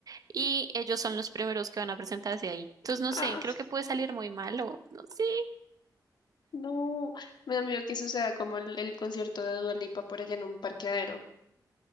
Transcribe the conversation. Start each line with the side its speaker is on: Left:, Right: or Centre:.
Right: Y ellos son los primeros que van a presentarse ahí. Entonces, no sé,
Left: Ah,
Right: creo que puede salir muy mal o no sé.
Left: no, me da miedo que suceda como el, el concierto de Dua Lipa por allá en un parqueadero,